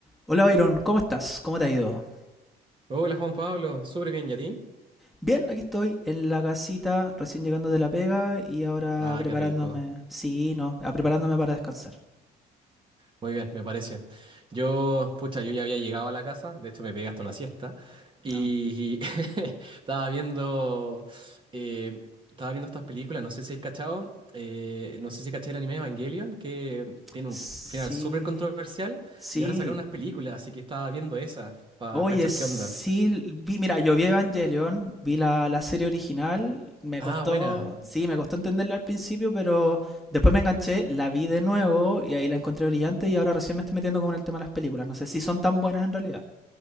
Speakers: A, in the centre; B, on the right.
A: Hola Byron, ¿cómo estás? ¿Cómo te ha ido?
B: Hola Juan Pablo, súper bien, ¿y a ti?
A: Bien, aquí estoy en la casita, recién llegando de la pega y ahora
B: Ah,
A: preparándome.
B: qué rico.
A: Sí, no, ah, preparándome para descansar.
B: Muy bien, me parece. Yo, pucha, yo ya había llegado a la casa, de hecho me pegué hasta una siesta y
A: No.
B: <laughs> estaba viendo, eh, estaba viendo estas películas, no sé si has cachado, eh, no sé si caché el anime Evangelion, que tiene
A: Sí,
B: un final súper controversial
A: sí.
B: y ahora sacaron unas películas, así que estaba viendo esas para
A: Oye,
B: cachar
A: sí,
B: qué onda.
A: vi, mira, yo vi Evangelion, vi la, la serie original, me
B: Ah,
A: costó,
B: buena.
A: sí, me costó entenderla al principio, pero después me enganché, la vi de nuevo y ahí la encontré brillante y ahora recién me estoy metiendo con el tema de las películas. No sé si son tan buenas en realidad.